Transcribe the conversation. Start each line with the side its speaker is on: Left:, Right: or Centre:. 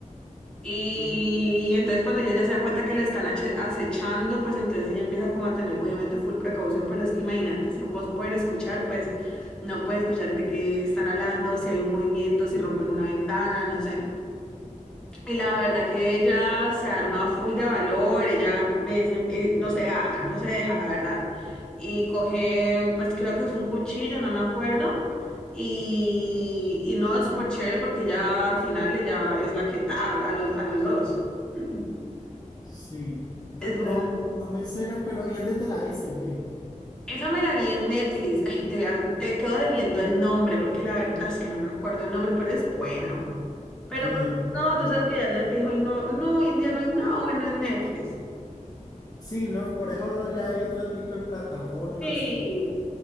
Centre: Y
Left: sí.
Centre: y entonces cuando ella ya se da cuenta que la están ache- acechando, pues entonces ella empieza como a tener obviamente full precaución, pero es que imagínate, si vos puedes escuchar, pues no puedes escuchar de qué están hablando, si hay un movimiento, si rompen una ventana, no sé. Y la verdad que ella se arma full de valor, ella me dicen, eh, no se deja, no se deja, la verdad. Y coge, pues creo que es un cuchillo, no me acuerdo. Y, y no, es súper chévere porque ya al final ella es la que ta a los, a los dos. <laughs>
Left: Sí, pero
Centre: Es bueno.
Left: no, no me suena, pero ¿y dónde te la hice, ve?
Centre: Esa me la vi en Netflix. Ay, te, voy a- te quedo debiendo el nombre porque la verdad es que no me acuerdo el nombre, pero es buena. Pero
Left: Sí,
Centre: pues
Left: en-
Centre: no,
Left: güey.
Centre: tú sabes que ya Netflix hoy no, no, hoy en día no hay nada bueno en Netflix.
Left: Sí, no, por eso ya hay otro tipo de plataformas
Centre: Sí.
Left: que...